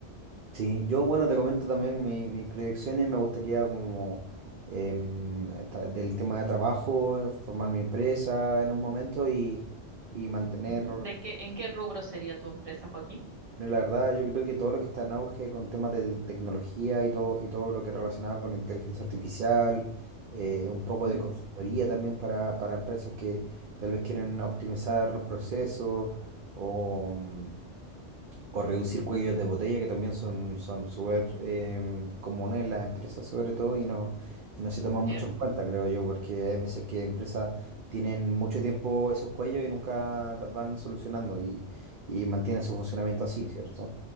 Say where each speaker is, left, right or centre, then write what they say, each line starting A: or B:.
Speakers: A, on the right; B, on the right.
A: Sí, yo bueno, te comento también mi- mis proyecciones, me gustaría como em, tra- del tema de trabajo, formar mi empresa en un momento y, y mantener,
B: Ujú. ¿De qué, en qué rubro sería tu empresa, Joaquín?
A: Mira, La verdad, yo creo que todo lo que está en auge con temas de tecnología y todo, y todo lo que relacionado con inteligencia artificial, eh, un poco
B: Mm,
A: de consultoría también para, para empresas que tal vez quieren optimizar procesos o, mm, o reducir cuellos de botella, que también son, son súper em, comunes en las empresas sobre todo y no, y no se toman mucho
B: bien,
A: en cuenta, creo yo, porque hay veces que empresas tienen mucho tiempo esos cuellos y nunca las van solucionando y, y mantienen su funcionamiento así, ¿cierto?